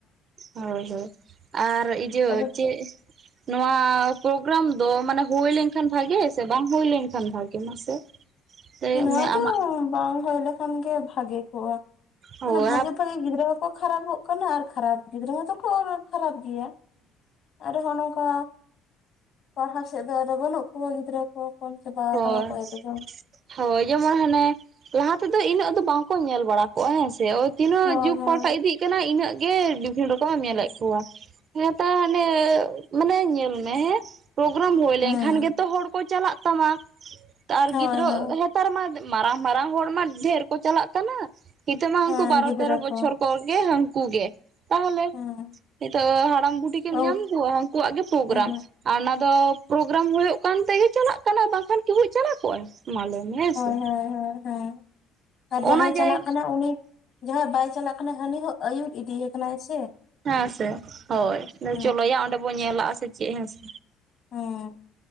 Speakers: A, on the right; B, on the left.
A: ᱦᱳᱭ ᱦᱳᱭ ᱟᱨ ᱤᱡᱟᱹ
B: ᱟᱨ
A: ᱪᱮᱫᱼᱼ ᱱᱚᱣᱟ ᱯᱨᱳᱜᱨᱟᱢ ᱫᱚ ᱢᱟᱱᱮ ᱦᱳᱭ ᱞᱮᱱᱠᱷᱟᱱ ᱵᱷᱟᱜᱮ ᱥᱮ ᱵᱟᱝ ᱦᱳᱭ ᱞᱮᱱᱠᱷᱟᱱ ᱵᱷᱟᱜᱮ ᱢᱟᱥᱮ ᱥᱮ
B: ᱱᱚᱣᱟ ᱫᱚ
A: ᱟᱢᱟᱜ
B: ᱵᱟᱝ ᱦᱳᱭ ᱞᱮᱠᱷᱟᱱ ᱜᱮ ᱵᱷᱟᱜᱮ ᱠᱚᱜᱼᱟ
A: ᱦᱳᱭ
B: ᱢᱟᱱᱮ ᱵᱷᱟᱜᱮ ᱵᱷᱟᱜᱮ ᱜᱤᱫᱽᱨᱟᱹ ᱠᱚ ᱠᱷᱟᱨᱟᱯᱚᱜ ᱠᱟᱱᱟ ᱟᱨ ᱠᱷᱟᱨᱟᱯ ᱜᱤᱫᱽᱨᱟᱹ ᱦᱚᱸᱛᱚ ᱠᱚ ᱠᱷᱟᱨᱟᱯ ᱜᱤᱭᱟ ᱟᱨ ᱦᱚᱸ ᱱᱚᱝᱠᱟ ᱯᱟᱲᱦᱟᱣ ᱥᱮᱫ ᱫᱚ ᱟᱫᱚ ᱵᱟᱹᱱᱩᱜ ᱠᱩᱣᱟ ᱜᱤᱫᱽᱨᱟᱹ ᱠᱚ ᱠᱚᱢ ᱪᱟᱵᱟ
A: ᱦᱳᱭ
B: ᱠᱟᱱᱟ ᱠᱚ ᱮᱠᱚᱫᱢ
A: ᱦᱳᱭ ᱡᱮᱢᱚᱱ ᱦᱟᱱᱮ ᱞᱟᱦᱟ ᱛᱮᱫᱚ ᱤᱱᱟᱹᱜ ᱫᱚ ᱵᱟᱝ ᱠᱚ ᱧᱮᱞ ᱵᱟᱲᱟ ᱠᱚᱼᱟ ᱦᱮᱸ ᱥᱮ ᱳ- ᱛᱤᱱᱟᱹᱜ
B: ᱦᱳᱭ
A: ᱡᱩᱜᱽ
B: ᱦᱳᱭ
A: ᱯᱟᱞᱴᱟ ᱤᱫᱤᱜ ᱠᱟᱱᱟ ᱤᱱᱟᱹᱜ ᱜᱮ ᱵᱤᱵᱷᱤᱱᱱᱚ ᱨᱚᱠᱚᱢ ᱮᱢ ᱧᱮᱞᱮᱫ ᱠᱚᱣᱟ ᱦᱮᱸ ᱛᱚ ᱦᱟᱱᱮ ᱢᱟᱱᱮ ᱧᱮᱞ ᱢᱮ ᱦᱮᱸ ᱯᱨᱳᱜᱨᱟᱢ ᱦᱳᱭ
B: ᱦᱮᱸ
A: ᱞᱮᱱᱠᱷᱟᱱ ᱜᱮᱛᱚ ᱦᱚᱲ ᱠᱚ ᱪᱟᱞᱟᱜ ᱛᱟᱢᱟ ᱛᱟᱨ
B: ᱦᱳᱭ
A: ᱜᱤᱫᱽᱨᱟᱹ
B: ᱦᱳᱭ
A: ᱱᱮᱛᱟᱨ ᱢᱟ ᱢᱟᱨᱟᱝ ᱢᱟᱨᱟᱝ ᱦᱚᱲ ᱢᱟ ᱰᱷᱮᱨ ᱠᱚ ᱪᱟᱞᱟᱜ ᱠᱟᱱᱟ ᱦᱤᱛ ᱢᱟ
B: ᱦᱮᱸ
A: ᱩᱱᱠᱩ ᱵᱟᱨᱚ
B: ᱜᱤᱫᱽᱨᱟᱹ
A: ᱛᱮᱨᱚ ᱵᱚᱪᱷᱚᱨ
B: ᱠᱚ
A: ᱠᱚᱜᱮ ᱦᱟᱹᱝᱠᱩ ᱜᱮ ᱛᱟᱦᱚᱞᱮ
B: ᱦᱮᱸ
A: ᱱᱤᱛᱚᱜ ᱦᱟᱲᱟᱢ ᱵᱩᱰᱷᱤ ᱠᱤᱢ
B: ᱦᱳᱭ
A: ᱧᱟᱢ ᱠᱚᱣᱟ ᱦᱟᱹᱱᱠᱩᱣᱟᱜ ᱜᱮ ᱯᱨᱳᱜᱨᱟᱢ
B: ᱦᱳᱭ
A: ᱟᱨ ᱚᱱᱟ ᱫᱚ ᱯᱨᱳᱜᱨᱟᱢ ᱦᱳᱭᱳᱜ ᱠᱟᱱ ᱛᱮᱜᱮ ᱪᱟᱞᱟᱜ ᱠᱟᱱᱟ ᱵᱟᱝᱠᱷᱟᱱ ᱠᱤ ᱦᱩᱭ ᱪᱟᱞᱟᱣ ᱠᱚᱜᱼᱟ ᱢᱟᱞᱮ ᱦᱮᱸ ᱥᱮ
B: ᱦᱳᱭ ᱦᱮᱸ ᱟᱨ ᱡᱟᱦᱟᱸᱭ
A: ᱚᱱᱟ ᱜᱮᱭ
B: ᱪᱟᱞᱟᱜ ᱠᱟᱱᱟ ᱩᱱᱤ ᱡᱟᱦᱟᱸᱭ ᱵᱟᱭ ᱪᱟᱞᱟᱜ ᱠᱟᱱᱟ ᱦᱟᱹᱱᱤ ᱦᱚᱸ ᱟᱹᱭᱩᱨ ᱤᱫᱤᱭᱮ ᱠᱟᱱᱟᱭ ᱥᱮ
A: ᱦᱮᱸ ᱥᱮ ᱦᱳᱭ
B: ᱦᱮᱸ
A: ᱪᱚᱞᱚᱭᱟ ᱚᱸᱰᱮ ᱵᱚᱱ ᱧᱮᱞᱟᱜᱼᱟ ᱥᱮ ᱪᱮᱫ ᱦᱮᱸᱥᱮ
B: ᱦᱩᱸ